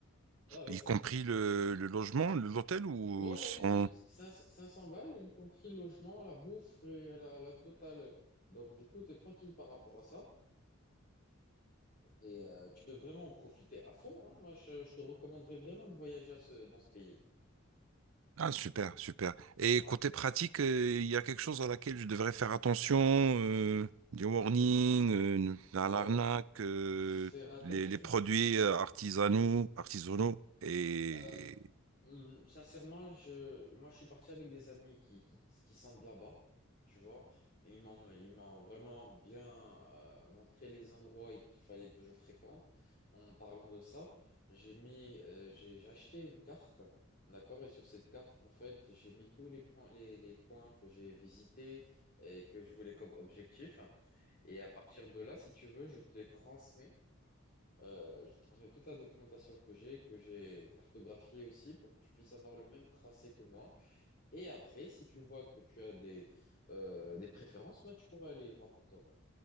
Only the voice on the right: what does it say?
Y compris le, le logement, le- l'hôtel ou
son...
Ah, super, super. Et
côté pratique, euh, il y a quelque chose à laquelle je devrais faire attention, euh, des warnings, euh, à
l'arnaque, euh,
les, les produits euh, artisanaux, artisanaux. Et